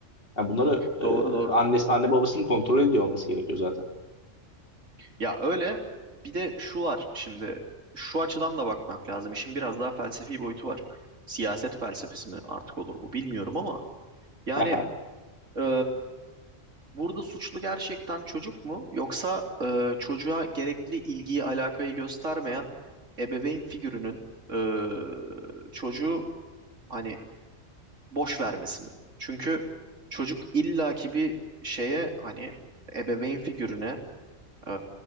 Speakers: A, on the left; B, on the right.
A: Yani bunları
B: Doğru doğru.
A: e, anne anne babasının kontrol ediyor olması gerekiyor zaten.
B: Ya öyle bir de şu var şimdi şu açıdan da bakmak lazım. İşin biraz daha felsefi boyutu var. Siyaset felsefesi mi artık olur bu bilmiyorum ama yani
A: <laughs> Aha,
B: eee, burada suçlu gerçekten çocuk mu yoksa eee, çocuğa gerekli ilgiyi alakayı göstermeyen ebeveyn figürünün eee, çocuğu hani boş vermesi mi? Çünkü çocuk illaki bir şeye hani ebeveyn figürüne e,